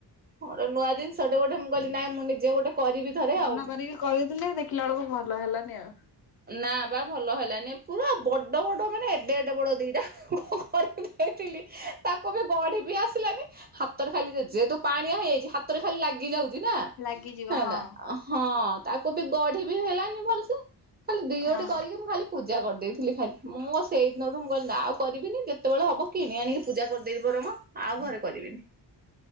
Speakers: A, on the right; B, on the left.
A: ହଯେ ନୂଆ ଜିନିଷ ଗଟେ ଗୋଟେ ମୁଁ କହଲି ନହିଁ ମୁଁ ନିଜେ ଗୋଟେ କରିବି ଥରେ
B: ମନ
A: ଆଉ।
B: କରିକି କରିଥିଲେ ଦେଖିଲା ବେଳକୁ ଭଲ ହେଲାନି ଆଉ।
A: ନା ବା ଭଲ ହେଲାନି ପୁରା ବଡ଼ ବଡ଼ ମାନେ ଏଡେ ଏଡେ ବଡ଼ ଦିଇଟା । କରିକି ଦେଇଥିଲି ତାକୁ । ଗଢି ବି ଆସିଲାନି ହାତରେ ଖାଲି ଯେହେତୁ ପାଣିଆ ହେଇଯାଇଛି ହାତରେ ଖାଲି ଲାଗି ଯାଉଛି । ନା
B: ଲାଗିଯିବ
A: ହେଲା
B: ହଁ
A: ହଁ ତାକୁ ବି ଗଢି ବି ହେଲାନି ଭଲସେ । ଖାଲି ଦିଓ।
B: ହଁ
A: ଟି କରିକି ମୁଁ ଖାଲି ପୂଜା କରିଦେଇଥିଲି । ଖାଲି ମୁଁ ଆଉ ସେଇ ଦିନରୁ ମୁଁ କହିଲି ନା ଆଉ କରିବିନି ଯେତେବେଳେ ହବ କିଣି ଆଣିକି ପୂଜା କରିଦେବିି ବରଂ ଆଉ ଘରେ କରିବିନି ।